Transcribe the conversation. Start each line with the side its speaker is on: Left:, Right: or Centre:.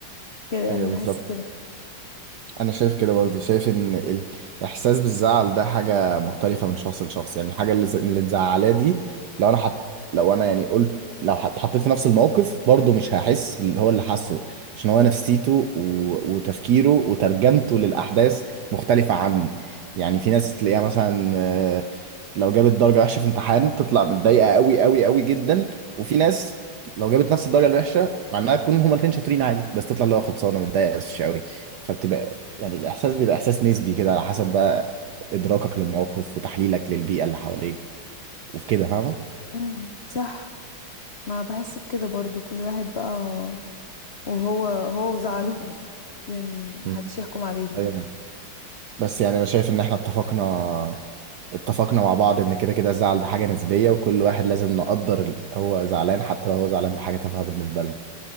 Left: كده يعني
Right: ايوه بالظبط
Left: بحس بكده
Right: انا شايف كده برضه شايف ان الاحساس بالزعل ده حاجه مختلفه من شخص لشخص يعني الحاجه اللي ز- اللي مزعلاه دي لو انا حط لو انا يعني قلت لو حط- حطيت في نفس الموقف برضه مش هحس اللي هو اللي حاسه عشان هو نفسيته و... وتفكيره وترجمته للاحداث مختلفه عني يعني في ناس تلاقيها مثلا آه، لو جابت درجه وحشه في امتحان تطلع متضايقه قوي قوي قوي جدا وفي ناس لو جابت نفس الدرجه الوحشه مع انها تكون هما الاثنين شاطرين عادي بس تطلع اللي هو خلصانه متضايقه بس مش قوي فبتبقى يعني الإحساس بيبقى إحساس نسبي كده على حسب بقى إدراكك للموقف وتحليلك للبيئة اللي حواليك وكده فاهمة؟
Left: مم. صح ما بحس بكده برضو كل واحد بقى وهو هو وزعله <laughs> يعني محدش
Right: مم.
Left: يحكم عليه
Right: ايوه بس يعني أنا شايف إن إحنا اتفقنا اتفقنا مع بعض إن كده كده الزعل ده حاجة نسبية وكل واحد لازم نقدر ال- هو زعلان حتى لو هو زعلان بحاجة تافهة بالنسبة لنا